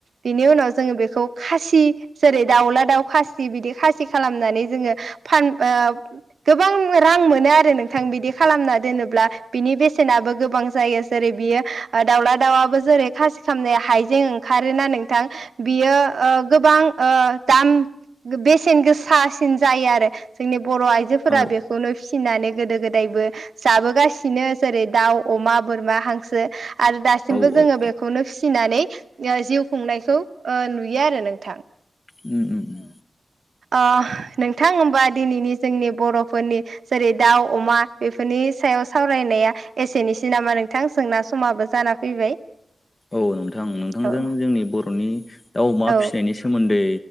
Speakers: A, on the right; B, on the left.
A: बिनि उनाव जोङो बेखौ खासि जेरै दाउला दाउ खासि बिदि खासि खालामनानै जोङो फान गोबां रां मोनो आरो नोंथां बिदि खालामना दोनोब्ला बिनि बेसेनाबो गोबां जायो जेरै बियो दाउला दाउाबबो जेरै खासि खालामामनाय हाइजें खारोना नोंथां बियो गोबां दाम बेसेन गोसासिन जायो आरो जोंनि बर' आइजोफोरा
B: औ
A: बेखौ खौनो फिसिनानै गोदो गोदायबो जाबोगासिनो जेरै दाउ अमा बोरमा हांसो आरो दासिमबो
B: औ औ
A: जोङो बेखौनो फिसिनानै जिउ संनायखौ नुयो आरो नोंथां
B: उम उम
A: औ नोंथां होनबा दिनैनि जोंनि बर'फोरनि जेरै दाउ अमा बेफोरनि सायाव सावरायनाया एसेनोसै नामा नोंथां जोंना समाबो जाना फैबाय
B: औ नोंथां नोंथांजों
A: औ
B: जोंनि बर'नि दाउ अमा
A: औ
B: फिसिनायनि सोमोन्दै